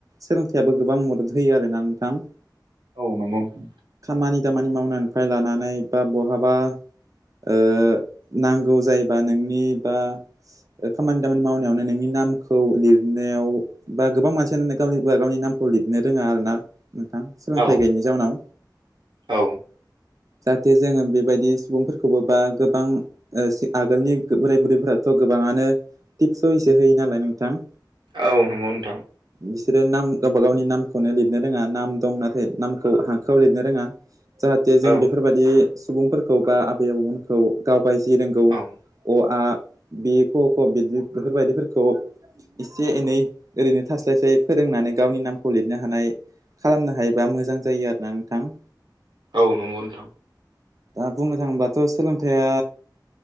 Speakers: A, on the right; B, on the right.
A: सोलोंथाइयाबो गोबां मदद होयो आरोना नोंथां
B: औ नंगौ नोंथां
A: खामानि दामानि मावनायनिफ्राय लानानै बा बहाबा ओ नांगौ जायोबा नोंनि बा खामानि दामानि मावनायावनो नोंनि नामखौ लिरनायाव बा गोबां मानसियानो गावनिा गावनि नामखौ लिरनो रोंङा आरो ना नोंथां सोलोंथाइ
B: औ
A: गैयैनि जाउनाव
B: औ
A: जाहाथे जोंङो बेबायदि सुबुंफोरखौबो बा गोबां ओ आगोलनि बोराय बुरैफोराथ' गोबाङानो टिप सुइसो होयो नालाय नोंथां
B: औ नंगौ नोंथां।
A: बिसोरो नाम गावबा गावनि नामखौनो लिरनो रोङा नाम दं नाथाय नामखौ हांखोआव लिरनो रोङा जाहाथे जों
B: औ
A: बेफोरबायदि सुबुंफोरखौ बा आबै आबौमोनखौ गावबाय दि रोंगौ
B: औ
A: अ आ बे क ख बिदि बेफोरबायदिफोरखौ एसे एनै ओरैनो थास्लायस्लाय फोरोंनानै गावनि नामखौ लिरनो हानाय खालामनो हायोबा मोजां जायो आरोना नोंथां
B: औ नंगौ नोंथां
A: दा बुंनो थाङोबाथ' सोलोंथाइया